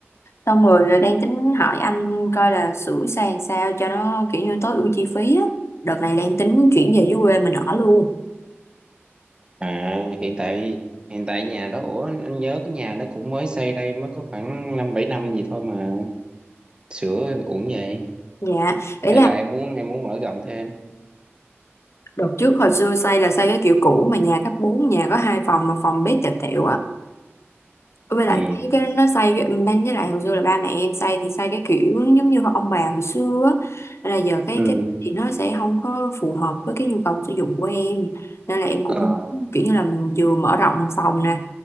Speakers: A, on the left; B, on the right.
A: Xong rồi đang tính hỏi anh Coi là sửa sang sao cho nó kiểu như tối ưu chi phí á Đợt này đang tính chuyển về dưới quê mình ở luôn
B: à hiện tại hiện tại nhà đó ủa anh nhớ cái nhà đó cũng mới xây đây mới có khoảng năm bảy năm gì thôi mà sửa uổng vậy
A: Dạ ý
B: hay
A: là.
B: là em muốn em muốn mở rộng thêm
A: Đợt trước hồi xưa xây là xây cái kiểu cũ mà nhà cấp bốn nhà có hai phòng mà phòng bếp tẹo tẹo á với lại
B: ừ
A: cái, cái nó xây cái- ban với lại hồi xưa là ba mẹ em xây thì xây cái kiểu giống như ông bà hồi xưa á Nên là giờ cái
B: ừ
A: cái thì nó sẽ không có phù hợp với cái nhu cầu sử dụng của em nên là em cũng
B: ờ
A: kiểu như là vừa mở rộng phòng nè